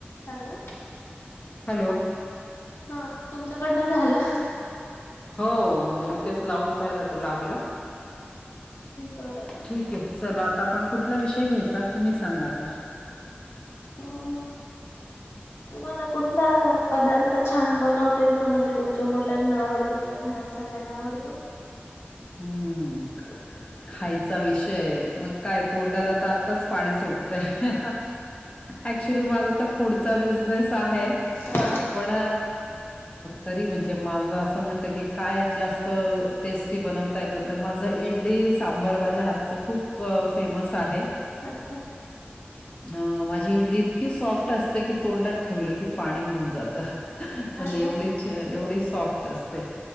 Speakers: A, on the left; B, on the left.
A: Hello
B: hello
A: हा तुमच्याकडनं झालं?
B: हो म्हणजे मी तेच लावून पाहिला तर लागला.
A: बर!
B: ठीक आहे चल आता आपण कुठला विषय घ्यायचा तुम्ही सांगा आता.
A: हो तुम्हाला कुठला पदार्थ छान बनवते तो म्हणजे तुमच्या मुलांना आवड किंवा घरात सगळ्यांना आवडतो?
B: हम्म खायचा विषय मग काय तोंडाला तात च पाणी सुटतय ऍक्च्युली माझा तर फूडचा बिझनेस आहे.
A: हा
B: पण तरी म्हणजे माझ असं म्हटलं की काय जास्त टेस्ट बनवता येत तर माझं इडली सांबर माझ्या हातच खूप फेमस आहे.
A: अच्छा!
B: <unintelligible> अ माझी इडली इतकी सॉफ्ट असते की तोंडात ठेवलं की पाणी होऊन जातं. म्हणजे
A: अरे
B: एवढीच
A: वा
B: एवढी सॉफ्ट असते